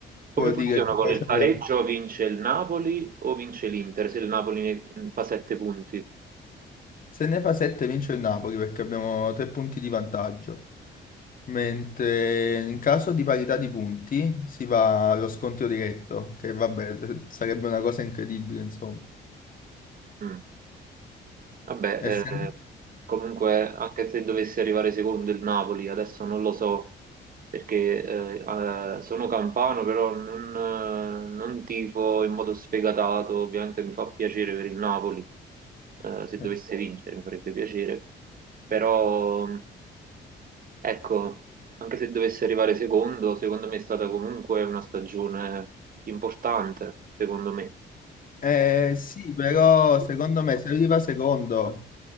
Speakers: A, on the left (about 45°); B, on the right (about 45°).
A: vuol
B: Come funziona
A: dire che
B: con
A: poi
B: il
A: ci
B: pareggio?
A: andiamo.
B: Vince il Napoli o vince l'Inter? Se il Napoli ne- fa 7 punti.
A: Se ne fa 7 vince il Napoli perché abbiamo 3 punti di vantaggio, mentre in caso di parità di punti si va allo scontro diretto, che vabbè, <laughs> sarebbe una cosa incredibile, insomma.
B: Mm. Vabbè,
A: Essendo...
B: eh, comunque anche se dovesse arrivare secondo il Napoli, adesso non lo so perché eh, eh, sono campano, però non, eh, non tifo in modo sfegatato, ovviamente mi fa piacere per il Napoli, eh, se dovesse
A: se-
B: vincere mi farebbe piacere, però ecco, anche se dovesse arrivare secondo, secondo me è stata comunque una stagione importante, secondo me.
A: Eh, sì, però secondo me se arriva secondo,